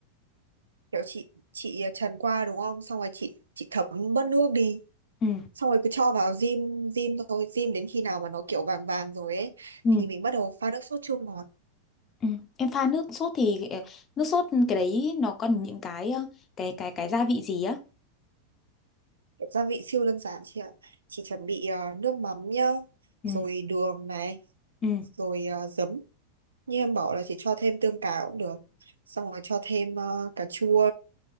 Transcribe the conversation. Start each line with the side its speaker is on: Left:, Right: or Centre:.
Right: Kiểu chị chị ờ, trần qua đúng không? Xong rồi chị chị thấm bớt nước đi.
Left: Ừ.
Right: Xong rồi cứ cho vào rim rim thôi, rim đến khi nào mà nó kiểu vàng vàng rồi ấy
Left: Ừ.
Right: thì mình bắt đầu pha nước sốt chua ngọt.
Left: Ừ. Em pha nước sốt thì ờ, nước sốt cái đấy nó còn những cái ờ, cái cái cái gia vị gì á?
Right: gia vị siêu đơn giản chị ạ chỉ chuẩn bị ờ, nước mắm nhá
Left: Ừ.
Right: rồi đường này
Left: Ừ.
Right: rồi ờ, giấm như em bảo là chị cho thêm tương cà cũng được xong rồi cho thêm ờ, cà chua